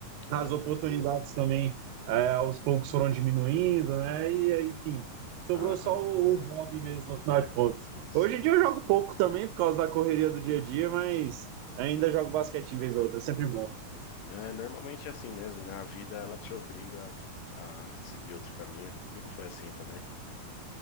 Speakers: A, on the right; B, on the left.
A: As
B: É, né?
A: oportunidades também, é, aos poucos foram diminuindo, né? E aí, enfim, sobrou
B: Aham,
A: só o,
B: é.
A: o hobby mesmo, no final de contas.
B: Sim.
A: Hoje em dia eu jogo pouco também, por causa da correria do dia a dia, mas ainda jogo basquete em vez ou outra, é sempre bom.
B: É, normalmente é assim mesmo, né? A vida ela te obriga a seguir outro caminho. Comigo foi assim também.